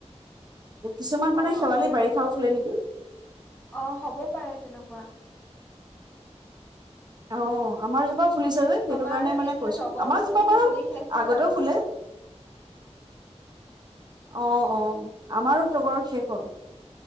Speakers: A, on the right; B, on the left.
A: কিছুমান
B: অ'
A: মানে শেৱালি
B: আমাৰ
A: বাৰিষাও ফুলে নেকি
B: অ হ'ব পাৰে তেনেকুৱা।
A: অ আমাৰ জোপা। ফুলিছে যে সেইটো
B: আমাৰ
A: কাৰণে মানে
B: এতিয়া
A: কৈছো
B: তগৰ
A: আমাৰ
B: ফুলবোৰ
A: যোপা পাৰো
B: ফুলি শেষ হ'ল
A: আগতেও
B: আৰু।
A: ফুলে অ অ আমাৰো তগৰ শেষ হ'ল